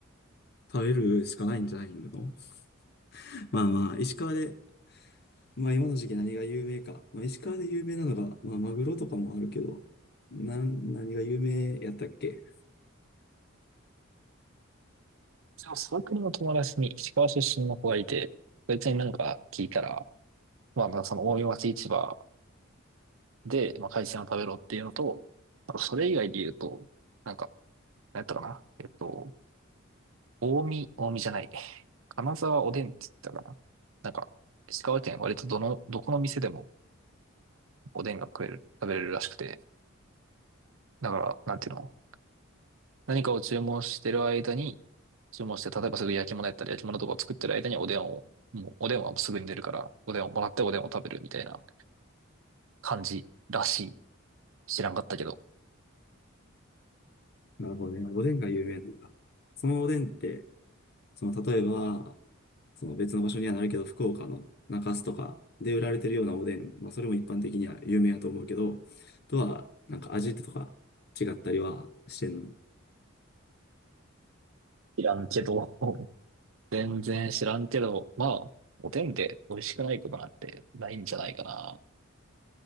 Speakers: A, on the left; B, on the right.
A: 食べるしかないんじゃないの <laughs> まあまあ、石川でまあ今の時期何が有名か。まあ石川で有名なのが、まあマグロとかもあるけど、なん、何が有名やったっけ
B: でも、サークルの友達に石川出身の子がいて、そいつになんか聞いたら、まあ、まあその大井町市場で、まあ、海鮮を食べろっていうのと、あとそれ以外で言うと、なんか、何やったかなえっと、大見、大見じゃない。金沢おでんって言ったかななんか、石川県は割とどの、どこの店でもおでんが食える、食べれるらしくて、だから、なんていうの何かを注文してる間に、注文して、例えばすぐ焼き物やったり、焼き物とかを作ってる間におでんを、もうおでんはもうすぐに出るから、おでんをもらっておでんを食べるみたいな感じらしい。知らんかったけど。
A: なるほどね。おでんが有名なのか。そのおでんって、その例えば、その別の場所にはなるけど、福岡の中洲とかで売られてるようなおでん、まあそれも一般的には有名やと思うけど、とは、なんか味とか違ったりはしてんの。
B: 知らんけど。<laughs> 全然知らんけど、まあ、おでんで美味しくないことなんてないんじゃないかな。